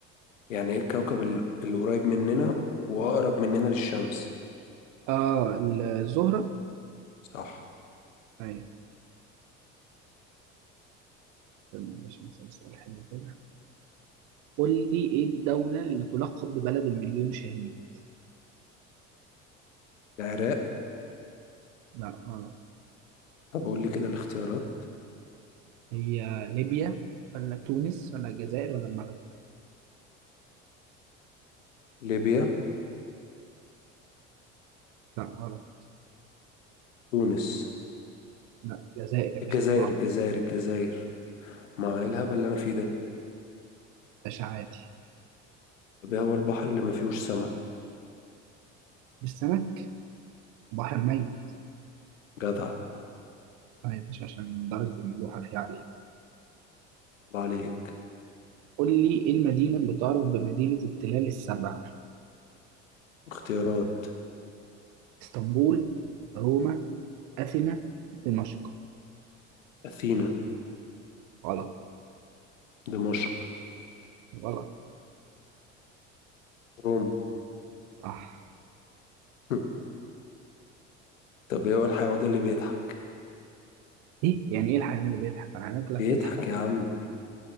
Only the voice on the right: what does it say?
آه الزهرة
أيوه استنى باش نسأل سؤال حلو كده قول لي إيه الدولة اللي تلقب ببلد المليون شهيد؟
لا غلط
هي ليبيا ولا تونس ولا الجزائر ولا المغرب؟
لا غلط
لا الجزائر يا باشا
دي معروفة
باشا عادي
والسمك بحر ميت
آه يا باشا عشان درجة الملوحة فيها عالية
قول لي إيه المدينة اللي تعرف بمدينة التلال السبع
اسطنبول روما أثينا دمشق
غلط
غلط
صح
إيه يعني إيه الحيوان اللي بيضحك الحيوانات كلها
بتضحك